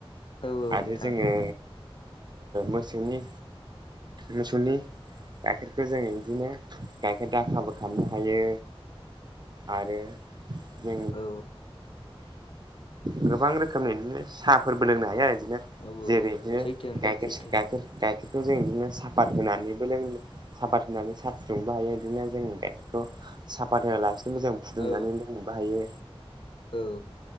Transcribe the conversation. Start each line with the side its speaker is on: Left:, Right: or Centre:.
Left: औ औ
Right: आ
Left: नोंथां
Right: जोङो मोसौनि मोसौनि गाइखेर बेखौ जोङो बिदिनो गायखेर दाखाबो खालामनो हायो आरो <unintelligible> नो
Left: औ
Right: गोबां रोखोमनि बिदिनो साहाफोरबो लोंनो हायो आरो बिदिनो
Left: औ
Right: जेरै बिदिनो
Left: सैथो नोंथां
Right: गाइखेर
Left: सैथो
Right: गाइखेर गाइखेरखौ जों बिदिनो साफात होनानैबो लों साफात होनानै सा फुदुंबो हायो बिदिनो जों दखौ साफात होआलासिनोबो जों फुदुंनानै
Left: औ
Right: बाहायो
Left: औ